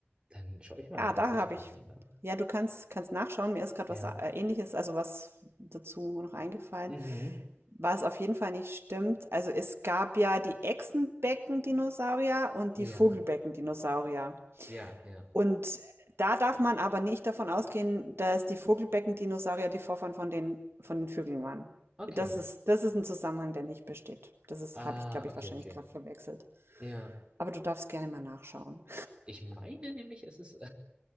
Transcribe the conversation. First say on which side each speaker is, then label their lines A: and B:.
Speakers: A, on the right; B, on the right.
A: Dann schaue ich mal
B: Ja,
A: tatsächlich
B: da habe
A: gerade
B: ich.
A: nach.
B: Ja, du kannst, kannst nachschauen. Mir ist gerade
A: Ja.
B: was äh, Ähnliches, also was dazu noch eingefallen.
A: Mhm.
B: Was auf jeden Fall nicht stimmt. Also es gab ja die Echsenbecken-Dinosaurier und
A: Ja.
B: die Vogelbecken-Dinosaurier.
A: Ja, ja.
B: Und da darf man aber nicht davon ausgehen, dass die Vogelbecken-Dinosaurier die Vorfahren von den, von den Vögeln waren.
A: Okay.
B: Das ist, das ist ein Zusammenhang, der nicht besteht. Das ist,
A: Ah,
B: habe ich, glaube
A: okay,
B: ich, wahrscheinlich
A: okay.
B: gerade verwechselt.
A: Ja.
B: Aber du darfst gerne mal nachschauen.
A: Ich meine nämlich, es ist,